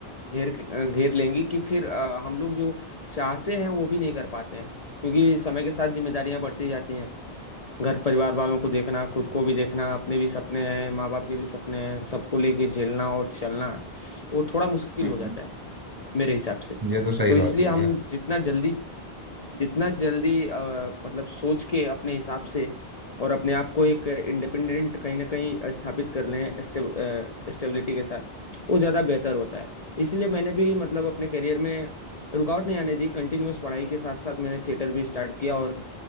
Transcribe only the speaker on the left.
घेर घेर लेंगी कि फिर अ, हम लोग जो चाहते हैं वो भी नहीं कर पाते हैं क्योंकि समय के साथ जिम्मेदारियां बढ़ती जाती हैं घर परिवार वालों को देखना खुद को भी देखना अपने भी सपने हैं माँ बाप के भी सपने हैं सबको लेके झेलना और चलना वो थोड़ा मुश्किल
हो जाता है मेरे हिसाब से
तो
इसलिए
हम
जितना जल्दी जितना जल्दी अ, मतलब सोच के अपने हिसाब से और अपने आप को एक इंडिपेंडेंट कहीं ना कहीं स्थापित कर लें स्टेबिलिटी के साथ वो ज़्यादा बेहतर होता है इसलिए मैंने भी मतलब अपने करियर में रुकावट नहीं आने दी कंटिन्यूअस पढ़ाई के साथ साथ मैंने थिएटर भी स्टार्ट किया और